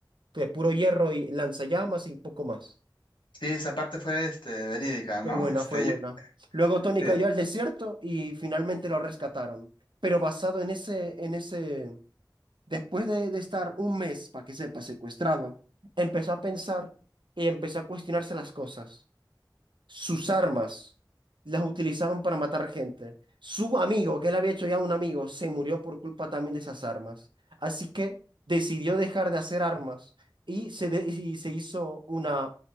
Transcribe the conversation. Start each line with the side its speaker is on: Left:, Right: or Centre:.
Right: de puro hierro y lanzallamas y poco más.
Left: Sí, esa parte fue este verídica,
Right: Fue
Left: ¿no?
Right: buena,
Left: Este,
Right: fue buena.
Left: yo-
Right: Luego Tony
Left: eh,
Right: cayó al desierto y finalmente lo rescataron. Pero basado en ese, en ese, después de, de estar un mes, para que sepa, secuestrado, empezó a pensar y empezó a cuestionarse las cosas sus armas las utilizaban para matar gente. Su amigo, que él había hecho ya un amigo, se murió por culpa también de esas armas. Así que decidió dejar de hacer armas y se, de- y se hizo una,